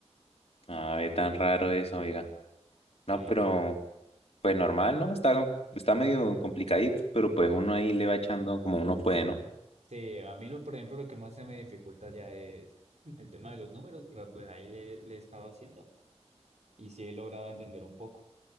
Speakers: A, on the left (about 60°); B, on the right (about 75°).
A: A ver, tan raro eso, oiga. No,
B: Sí,
A: pero pues normal, ¿no? Está, está medio complicadito, pero pues uno ahí le va echando como uno puede, ¿no?
B: sí, a mí lo, por ejemplo, lo que más se me dificulta ya es el tema de los números, pero pues ahí le, le he estado haciendo y sí he logrado entender un poco.